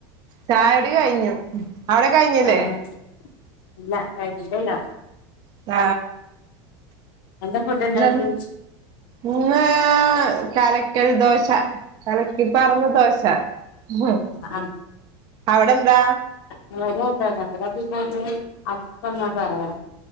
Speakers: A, on the right (about 35°); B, on the left (about 70°).
A: ചായുടി കഴിഞ്ഞു അവടെ കഴിഞ്ഞില്ലേ
B: ആഹ് ഇല്ല കഴിഞ്ഞിട്ടില്ല
A: ആ
B: എന്താ ഫുഡ് ഉണ്ടാക്കി
A: ഇന്നെ ഇന്ന് കല കൽ ദോശ കലക്കി പാർന്ന ദോശ ഉവ്വ്
B: ആഹ്
A: അവടെന്താ
B: ഇവടെം അതെന്നെ ഇവടെ പിന്നത് അപ്പന്ന പറയാ